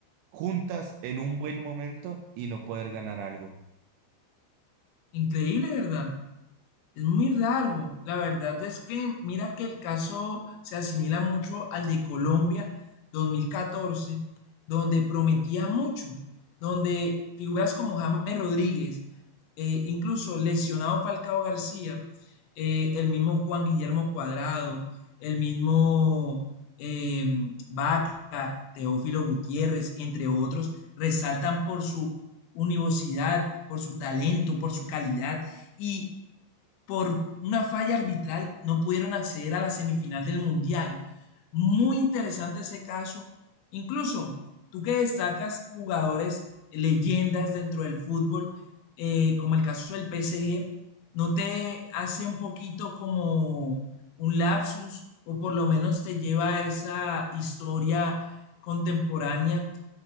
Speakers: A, on the right; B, on the left.
A: juntas en un buen momento y no poder ganar algo.
B: Increíble, ¿verdad? Es muy raro. La verdad es que mira que el caso se asimila mucho al de Colombia 2014, donde prometía mucho, donde figuras como James Rodríguez, eh, incluso lesionado Falcao García, eh, el mismo Juan Guillermo Cuadrado, el mismo eh, Vaca, Teófilo Gutiérrez, entre otros, resaltan por su universidad, por su talento, por su calidad y por una falla arbitral no pudieron acceder a la semifinal del Mundial. Muy interesante ese caso. Incluso tú que destacas jugadores, eh, leyendas dentro del fútbol, eh, como el caso del PSG, ¿no te hace un poquito como un lapsus o por lo menos te lleva a esa historia contemporánea